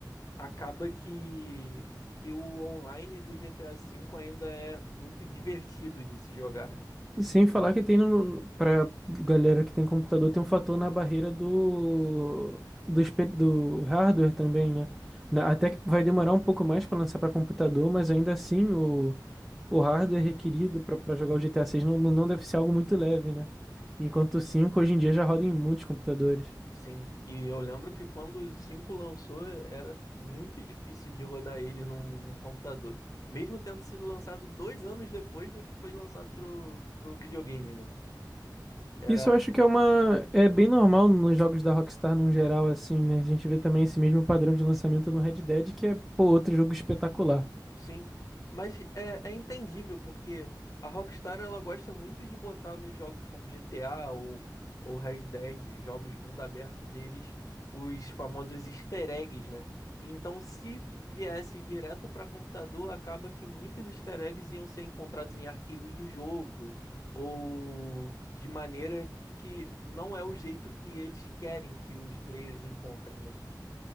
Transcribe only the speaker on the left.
acaba que, que o online do GTA 5 ainda é muito <laughs> divertido de se jogar, né?
Sim, e eu lembro que quando o 5 lançou, era muito difícil de rodar ele num, num computador. Mesmo tendo sido lançado dois anos depois do que foi lançado pro, pro videogame, né? Era,
Sim, mas é, é entendível porque a Rockstar ela gosta muito de botar nos jogos como GTA ou, ou Red Dead, jogos de mundo aberto deles, os famosos easter eggs, né? Então, se viesse direto para computador, acaba que muitos easter eggs iam ser encontrados em arquivos do jogo ou de maneira que não é o jeito que eles querem que os players encontrem, né?